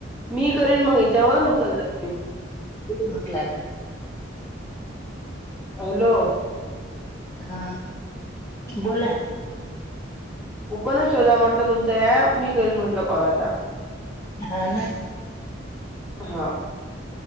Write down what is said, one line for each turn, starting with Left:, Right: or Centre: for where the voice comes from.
Centre: मी करन मग याच्यावर उचलता तुम्ही,
Left: म्हटलं,
Centre: हॅलो,
Left: हा बोला.
Centre: ओपनस ठेवूया म्हटलं, तुमच ऍप मी करीन म्हटलं कॉल आता.
Left: हं ना,
Centre: हा